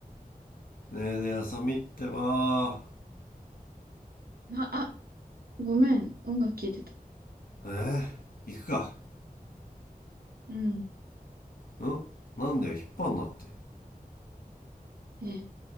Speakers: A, on the left (about 70°); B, on the right (about 80°).
A: ねえねえ、浅見ってば。
B: あ、あ、ごめん。音楽聴いてた。
A: えー、行くか。
B: うん。
A: んなんだよ、引っ張んなって。
B: ね